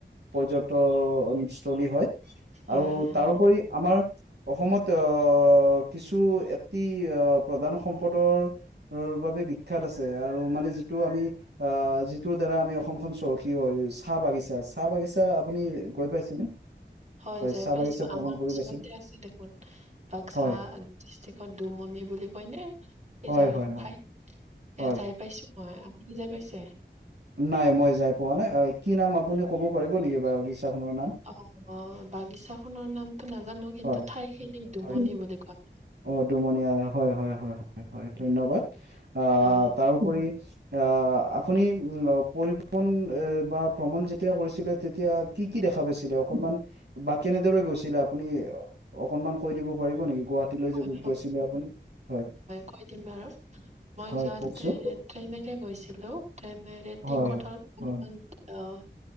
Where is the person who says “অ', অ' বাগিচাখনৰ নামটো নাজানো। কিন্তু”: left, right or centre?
Right